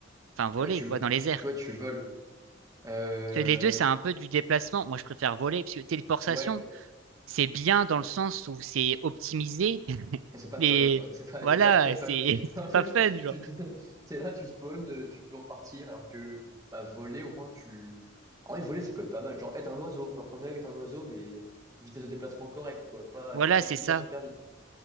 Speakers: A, on the right (about 80°); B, on the right (about 20°).
A: enfin voler
B: Ouais, tu,
A: quoi, dans les airs.
B: tu vois, tu voles. Euh,
A: Parce que les deux, c'est un peu du déplacement. Moi, je préfère voler, parce que téléportation,
B: Ouais, ouais.
A: c'est bien dans le sens où c'est optimisé, <laughs>
B: c'est pas
A: mais
B: fun, quoi. <laughs> C'est pas,
A: voilà,
B: c'est pas très fun.
A: c'est
B: <laughs>
A: <laughs> c'est
B: En plus,
A: pas fun, genre.
B: tu te- <laughs> t'es là, tu spawns, euh, tu peux repartir, alors que, bah, voler, au moins, tu... En vrai, voler, ça peut être pas mal. Genre, être un oiseau. Genre, prendre est un oiseau, mais vitesse de déplacement correcte, quoi. Pas,
A: Voilà,
B: tu vas pas
A: c'est
B: super,
A: ça.
B: super vite.